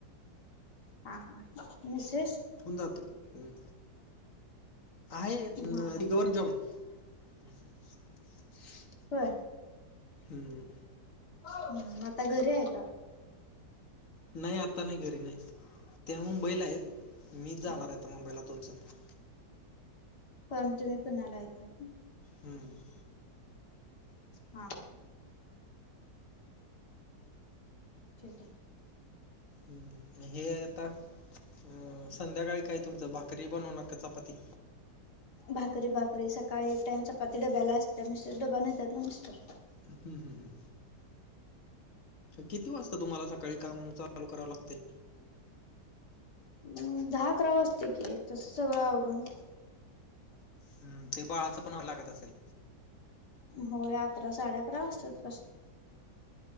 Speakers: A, on the left; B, on the left.
A: हा हा मिसेस?
B: होऊन जात. हम्म आहे ती
A: हा हा
B: अह गवर जॉब आहे. <inaudible>
A: व्हय.
B: हम्म.
A: हम्म आता घरी आहे का?
B: नाही आता नाही घरी नाहीत. ते मुंबईला आहेत मी जाणार
A: हा
B: आहेता मुंबईला दोन दिवसात.
A: पण तुम्ही पुण्याला आहे का?
B: हम्म.
A: हा. ठीकये.
B: हम्म म हे आता अह संध्याकाळी काय तुमचं भाकरी बनवणार का चपाती?
A: भाकरी भाकरी सकाळी एक टाइम चपाती डब्याला असते, मिस्टर डबा नेतात ना मिस्टर.
B: हम्म हम्म हम्म. किती वाजता तुम्हाला सकाळी कामं चालू करावं लागतंय?
A: अह दहा अकरा वाजतयं की तस सगळं आवरून
B: हम्म ते बाळाचं पण आवराव लागत असेल.
A: होय अकरा साडे अकरा वाजतात तश्या